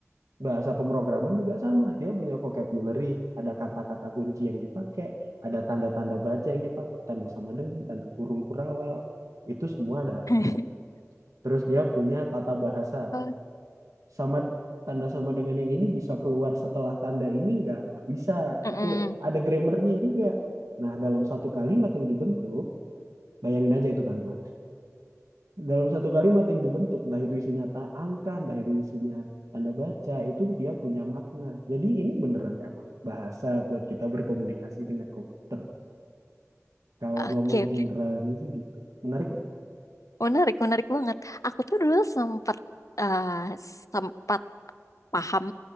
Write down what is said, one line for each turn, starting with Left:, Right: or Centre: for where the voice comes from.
Right: bahasa pemrograman juga sama. Dia punya vocabulary, ada kata-kata kunci yang dipakai, ada tanda-tanda baca yang dipakai, tanda sama dengan, tanda kurung kurawal. Itu semua ada artinya.
Left: <laughs>
Right: Terus dia punya tata bahasa.
Left: Oh.
Right: Sama tanda sama dengan yang ini bisa keluar setelah tanda ini nggak nggak bisa.
Left: Mm-mm.
Right: Itu ada grammarnya juga. Nah, dalam satu kalimat yang dibentuk, bayangin aja itu kalimat dalam satu kalimat yang dibentuk, entah itu isinya ta- angka, entah itu isinya tanda baca, itu dia punya makna. Jadi ini beneran emang bahasa buat kita berkomunikasi dengan komputer. Kalau
Left: Oke,
Right: ngomong
Left: oke.
Right: generalnya sih gitu. Menarik nggak?
Left: Menarik, menarik banget. Aku tuh dulu sempat eh, sempat paham